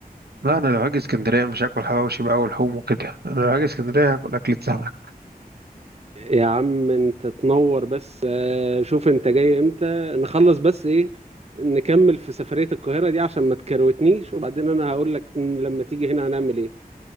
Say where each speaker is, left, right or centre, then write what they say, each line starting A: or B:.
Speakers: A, on the right; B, on the right.
A: لا أنا لو هاجي اسكندرية مش هاكل حواوشي بقى ولحوم وكده أنا لو هاجي اسكندرية هاكل أكلة سمك
B: يا عم انت تنور بس آه، شوف انت جاي امتى نخلص بس ايه نكمل في سفرية القاهرة دي عشان ما تكروتنيش وبعدين انا هقول لك لما تيجي هنا هنعمل ايه